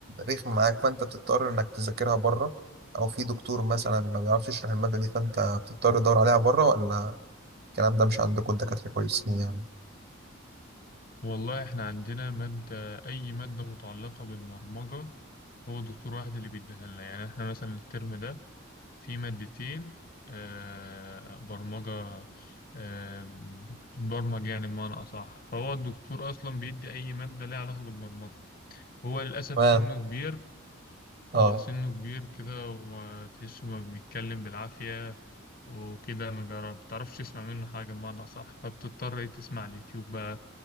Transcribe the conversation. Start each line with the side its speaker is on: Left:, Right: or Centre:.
Right: رخمة معاك فأنت بتضطر إنك تذاكرها بره أو في دكتور مثلا ما بيعرفش يشرح المادة دي فأنت بتضطر تدور عليها بره ولا الكلام ده مش عندكم الدكاترة كويسين يعني
Left: والله إحنا عندنا مادة أي مادة متعلقة بالبرمجة هو دكتور واحد اللي بيديها لنا يعني إحنا مثلا الترم ده في مادتين آه، برمجة آه، بتبرمج يعني بمعنى أصح فهو الدكتور أصلا بيدي أي مادة ليها علاقة بالبرمجة هو للأسف
Right: تمام
Left: سنه كبير
Right: اه
Left: اه سنه كبير كده وما تحسه ما بيتكلم بالعافية وكده ما بيعرف- بتعرفش تسمع منه حاجة بمعنى أصح فبتضطر إيه تسمع على اليوتيوب بقى